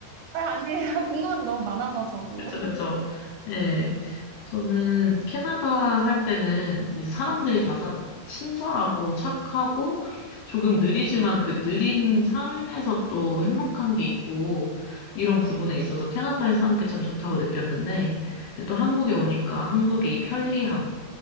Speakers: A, on the right; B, on the left.
A: 아, 아니에요. <laughs> 궁금한 게 너무 많아서 저도.
B: 그쵸,
A: <laughs>
B: 그쵸. 네, 저는 캐나다 살 때는 이제 사람들이
A: 네.
B: 다 사- 친절하고 착하고 조금 느리지만 그 느린 삶에서 또 행복한 게 있고 이런 부분에
A: 네.
B: 있어서 캐나다에 사는 게 참 좋다고 느꼈는데 이제 또
A: 네.
B: 한국에 오니까 한국의 이 편리함,